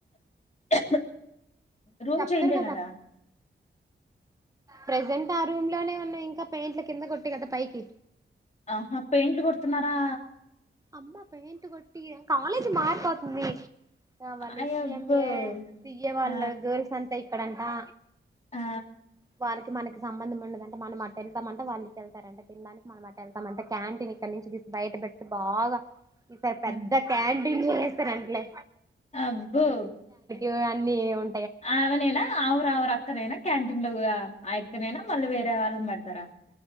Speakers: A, on the left; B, on the right.
A: అ రూమ్
B: చెప్తారు
A: చేయింజేయీనారా
B: ప్రజెంట్ ఆ రూమ్ లోనే ఉన్నాయి ఇంకా పెయింట్ల కింద కొట్టి కదా పైకి
A: ఆహా పెయింట్లు కొడుతున్నారా
B: అమ్మ పేయింట్ కొట్టి కాలేజ్ మారిపోతుంది మళ్ళ
A: అయబ్బో
B: సిఎంఏ సిఏ వాళ్ళ
A: ఆ
B: జోం స్ ఇక్కడంతా
A: ఆ
B: వాారికినకి సంబం ఉండదంటే మన అట్టటు వెళ్తామంటే వాారికిళ్తారంట తినడానికి మన అట్ట వెళ్తామ అంట క్యాంటీన్ ఇక్కడ నుంచి తీసి బయట పెట్ట బాగ్ ఈసారి పెద్ద
A: ఆ,
B: క్యాం చేస్తర అంలే
A: అబ్బో
B: ఒ అన్నీ ఉం
A: అవనేనా అరవర్ అక్కరేనా క్యాంటీన్ లో కూడా ఆ ఎక్కనైనా మళ్ళీ వేర శవాలను పెడతారా